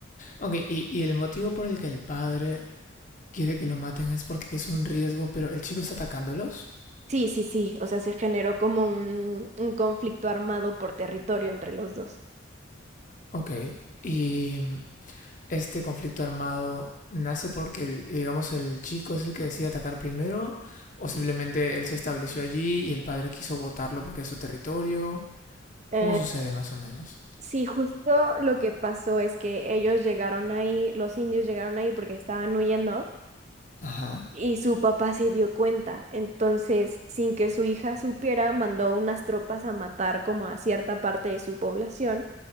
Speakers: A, on the left; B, on the right.
A: Ok, y, y el motivo por el que el padre quiere que lo maten es porque es un riesgo, pero el chico está atacándolos.
B: Sí, sí, sí, o sea, se generó como un, un conflicto armado por territorio entre los dos.
A: Ok. Y mm, este conflicto armado nace porque, el- digamos, el chico es el que decide atacar primero o simplemente él se estableció allí y el padre quiso botarlo porque es su territorio.
B: Eh,
A: ¿Cómo sucede más o menos?
B: sí, justo lo que pasó es que ellos llegaron ahí, los indios llegaron ahí porque estaban huyendo
A: Ajá.
B: y su papá se dio cuenta. Entonces, sin que su hija supiera, mandó unas tropas a matar como a cierta parte de su población